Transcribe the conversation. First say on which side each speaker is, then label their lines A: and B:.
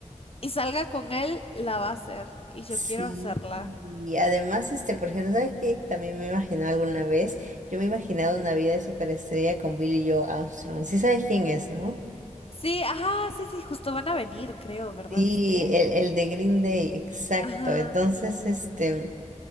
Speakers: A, on the left; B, on the right.
A: y salga con él, la va a hacer y yo
B: Sí,
A: quiero hacerla.
B: y además, este, por ejemplo, ¿sabes qué? También me he imaginado alguna vez, yo me he imaginado una vida de superestrella con Billy Joe Armstrong, sí sabes quién es, ¿no?
A: Sí, ajá, sí, sí, justo van a venir, creo, ¿verdad?
B: Sí,
A: ¿Viste?
B: el, el de Green Day, exacto,
A: Ajá,
B: entonces, este,